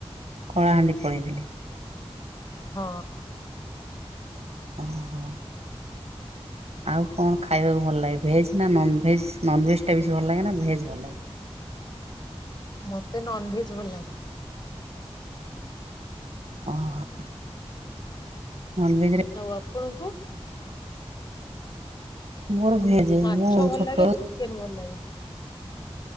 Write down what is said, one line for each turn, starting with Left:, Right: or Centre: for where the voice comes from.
Right: କଳାହାଣ୍ଡି ପଳେଇଥିଲେ?
Left: ହଁ।
Right: ଓହୋ ଆଉ କଣ ଖାଇବାକୁ ଭଲ ଲାଗେ ଭେଜ୍ ନା ନନ ଭେଜ ନନ ଭେଜ ଟା ବେଶ ଭଲ ଲାଗେ ନା ଭେଜ୍ ଭଲ ଲାଗେ?
Left: ମତେ ନନ ଭେଜ ଭଲ ଲାଗେ।
Right: ଓହ ନନ୍ ଭେଜରେ
Left: ଆଉ ଆପଣଙ୍କୁ?
Right: ମୋର ଭେଜେ
Left: ମାଛ
Right: ମୁଁ
Left: ଭଲ
Right: ଛୋଟ
Left: ଲାଗେ ଚିକେନ ଭଲ ଲାଗେ